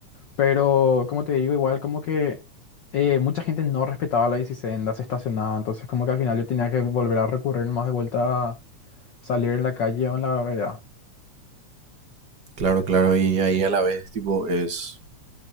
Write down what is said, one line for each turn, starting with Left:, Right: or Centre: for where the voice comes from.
Left: Pero, como te digo, igual como que eh, mucha gente no respetaba la bicisendas, se estacionaba, entonces como que al final yo tenía que volver a recurrir más de vuelta a salir en la calle o en la vereda.
Right: Claro, claro, y ahí a la vez, tipo, es,